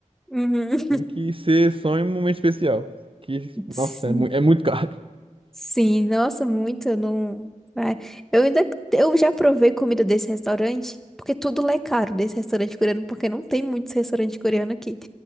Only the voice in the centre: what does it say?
Uhum.
<laughs>
Sim.
Sim, nossa, muito, eu não. vai. Eu ainda. Eu já provei comida desse restaurante, porque tudo lá é caro desse restaurante coreano, porque não tem muitos restaurantes coreanos aqui.